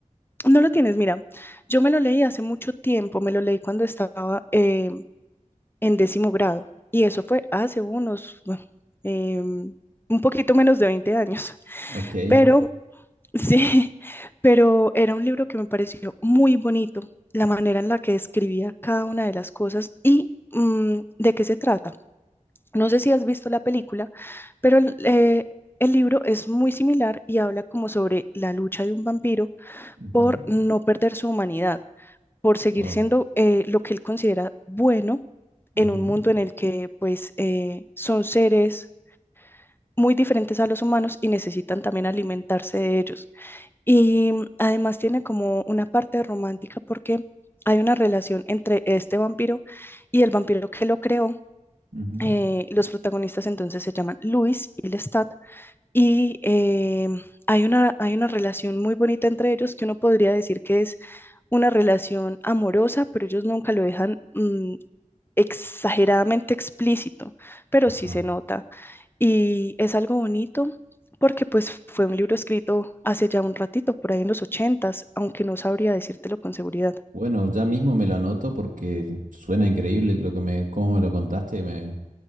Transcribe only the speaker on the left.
no lo tienes, mira, yo me lo leí hace mucho tiempo, me lo leí cuando estaba, eh, en décimo grado. Y eso fue hace unos, <laughs> bueno, em, un poquito menos de 20 años.
Pero sí, <laughs> pero era un libro que me pareció muy bonito, la manera en la que describía cada una de las cosas y mm, de qué se trata. No sé si has visto la película, pero el, eh, el libro es muy similar y habla como sobre la lucha de un vampiro
por no perder su humanidad por seguir
siendo eh, lo que él considera bueno en
un mundo en el que pues eh, son seres muy diferentes a los humanos y necesitan también alimentarse de ellos. Y mm, además tiene como una parte romántica porque hay una relación entre este vampiro y el vampiro que lo creó.
Eh, los protagonistas entonces se llaman Luis y Lestat y eh, hay una, hay una relación muy bonita entre ellos que uno podría decir que es una relación amorosa, pero ellos nunca lo dejan mm, exageradamente explícito, pero
sí se nota. Y es algo bonito porque pues fue un libro escrito hace ya un ratito, por ahí en los ochentas, aunque no sabría decírtelo con seguridad.